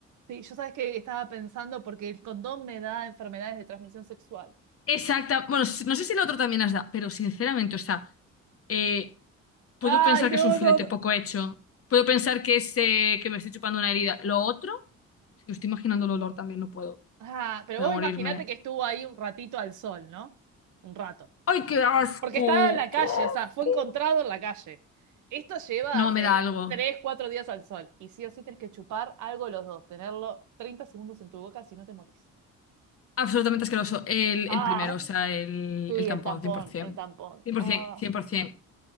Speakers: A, on the right; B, on the left.
A: Sí, yo sabes que estaba pensando porque el condón me da enfermedades de transmisión sexual.
B: Exacta. Bueno, s- no sé si el otro también has dado, pero sinceramente, o sea, eh, puedo
A: Ay,
B: pensar
A: no,
B: que es un filete
A: no, no.
B: poco hecho. Puedo pensar que es eh, que me estoy chupando una herida. Lo otro, es que estoy imaginando el olor también, no puedo.
A: Ah, pero
B: Voy
A: vos
B: a morirme.
A: imaginate que estuvo ahí un ratito al sol, ¿no? Un rato.
B: ¡Ay, qué asco!
A: Porque estaba en la calle,
B: ¡Qué asco!
A: o sea, fue encontrado en la calle. Esto lleva
B: No,
A: hace
B: me da algo.
A: 3, 4 días al sol. Y sí o sí tenés que chupar algo los dos, tenerlo 30 segundos en tu boca si no te morís.
B: Absolutamente asqueroso. El,
A: Ah,
B: el primero, o sea, el,
A: sí, el
B: el tampón,
A: tampón,
B: cien por ciento.
A: el tampón.
B: cien, por
A: Ah.
B: por cien por 100%.